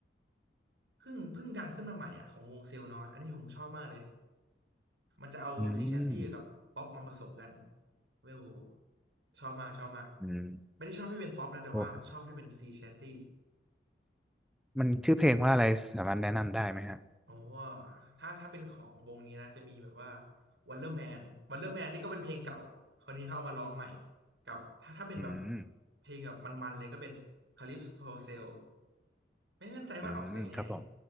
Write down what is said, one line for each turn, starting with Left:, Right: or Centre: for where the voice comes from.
Right: เพิ่งเพิ่งดังขึ้นมาใหม่อ่ะของวงเซลล์นอตอันนี้ผมชอบมากเลย มันจะเอาซีแชนตี้กับป๊อปมาผสมกัน
Centre: อืม
Right: เว้ยโหชอบมากชอบมาก
Centre: อืม
Right: ไม่ได้ชอบที่เป็นป๊อปนะแต่ว่าชอบที่เป็นซีแชนตี้
Centre: โอ้มันชื่อเพลงว่าอะไรสามารถแนะนำได้ไหมฮะ
Right: โอ้ถ้าถ้าเป็นของวงนี้นะจะมีแบบว่าวันเลอร์แมนวันเลอร์แมนนี่ก็เป็นเพลงเก่าคนนี้เข้าเอามาร้องใหม่กับถ้าถ้าเป็นแบบ
Centre: อืม
Right: เพลงแบบมันๆเลยก็เป็นคาลิปโซเซลไม่แน่นใจว่าออกเสียงยังไง
Centre: อืมครับผม